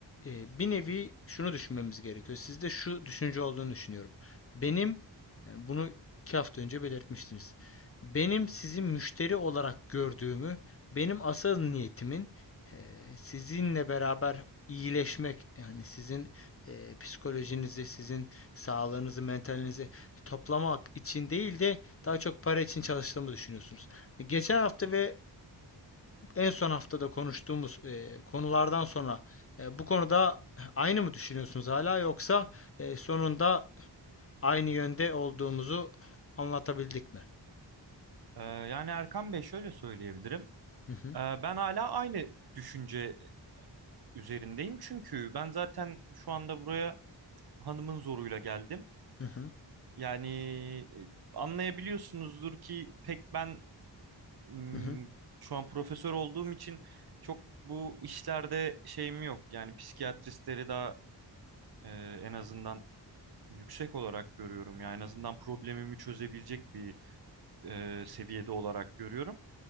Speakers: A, on the left (about 35°); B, on the right (about 60°).
A: e, bir nevi şunu düşünmemiz gerekiyor. Sizde şu düşünce olduğunu düşünüyorum. Benim yani bunu iki hafta önce belirtmiştiniz. Benim sizi müşteri olarak gördüğümü, benim asıl niyetimin e, sizinle beraber iyileşmek yani sizin e, psikolojinizi, sizin sağlığınızı, mentalinizi toplamak için değil de daha çok para için çalıştığımı düşünüyorsunuz. E, Geçen hafta ve en son haftada konuştuğumuz e, konulardan sonra e, bu konuda aynı mı düşünüyorsunuz hala yoksa e, sonunda aynı yönde olduğumuzu anlatabildik mi?
B: Ee, yani Erkan Bey şöyle söyleyebilirim.
A: Hı hı,
B: Ee, ben hala aynı düşünce üzerindeyim. Çünkü ben zaten şu anda buraya hanımın zoruyla geldim.
A: hı hı,
B: Yani e, anlayabiliyorsunuzdur ki pek ben ım,
A: hı hı.
B: şu an profesör olduğum için çok bu işlerde şeyim yok. Yani psikiyatristleri daha e, en azından yüksek olarak görüyorum. Yani en azından problemimi çözebilecek bir e, seviyede olarak görüyorum.